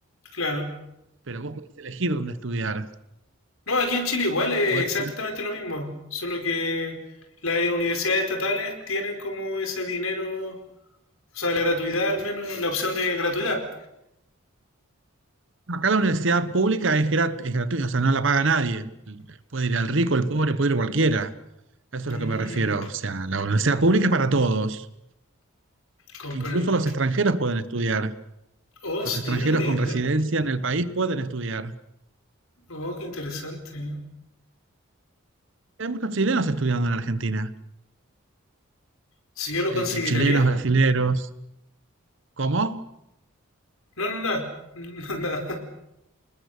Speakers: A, on the left (about 80°); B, on the right (about 60°).
A: claro.
B: Pero vos podés elegir dónde estudiar.
A: No, aquí en Chile igual es
B: Podés-
A: exactamente lo mismo, solo que las universidades estatales tienen como ese dinero, o sea, la gratuidad al menos, la opción de gratuidad.
B: Acá la universidad pública es grat- es gratuita, o sea, no la paga nadie. Puede ir al rico, el pobre, puede ir cualquiera. A eso es
A: Mm,
B: lo que me refiero. O sea, la universidad pública es para todos.
A: comprendo.
B: Incluso los extranjeros pueden estudiar.
A: Oh,
B: Los
A: sí,
B: extranjeros
A: no tenía
B: con
A: idea.
B: residencia en el país pueden estudiar.
A: Oh, qué interesante.
B: Hay muchos chilenos estudiando en Argentina.
A: Si yo lo
B: Eh,
A: consideraría.
B: eh, chilenos, brasileros. ¿Cómo?
A: No, no, nada. <laughs> No, nada.